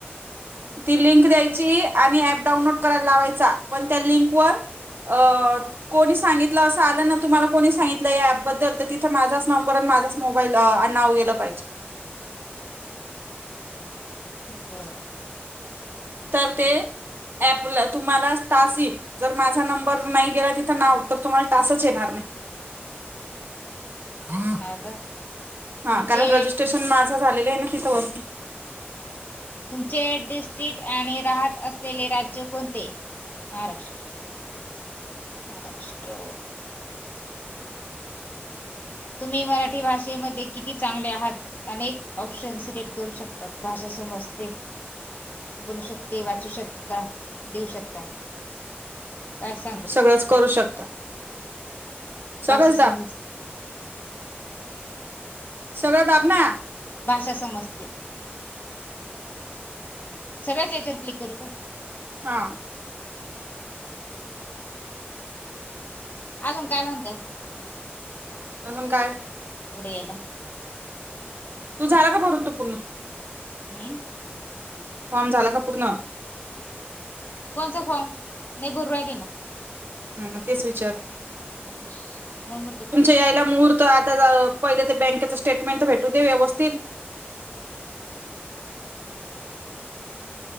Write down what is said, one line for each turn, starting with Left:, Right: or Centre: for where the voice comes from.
Right: ती लिंक द्यायची आणि अँप डाउनलोड करायला लावायचा पण त्या लिंक वर अ कोणी सांगितलं असं आलं ना तुम्हाला कोणी सांगितलं या ऍपबद्दल तर तिथं माझाच नंब माझच मोबाईल नाव गेलं पाहिजे.
Left: बरं.
Right: तर ते ऍपला तुम्हाला टास्क येईल. जर माझा नंबर नाही गेला तिथं नाव, तर तुम्हाला टास्क येणार नाही. <inaudible>
Left: का
Right: हा
Left: तुमचे
Right: कारण रजिस्ट्रेशन माझं झालेलं ना तिथ वरती
Left: तुमचे डिस्ट्रिक आणि राहत असलेले राज्य कोणते? महाराष्ट्र. महाराष्ट्र. तुम्ही मराठी भाषेमध्ये किती चांगले आहात अनेक ऑप्शन सिलेक्ट करू शकता. भाषा समजते. बोलू शकते, वाचू शकता, देऊ शकता. काय सांगू?
Right: सगळंच करू शकता. सगळंच
Left: भाषा
Right: दाब
Left: समजत
Right: सगळं दाब ना.
Left: भाषा समजते. सगळ्याच याच्यावर क्लिक करू का?
Right: हा.
Left: अजून काय म्हणताय?
Right: अजून काय
Left: यायला?
Right: तूज झाला का भरून तो पूर्ण?
Left: हम.
Right: फॉर्म झाला का पूर्ण?
Left: कोणचं फॉर्म नाही भरू राहिली ना.
Right: ह तेच विचार
Left: एकणाविषन <unintelligible>
Right: यायला मुहूर्त आता पहिले ते बँकेचं स्टेटमेंट तर भेटू दे व्यवस्थित.
Left: <inaudible>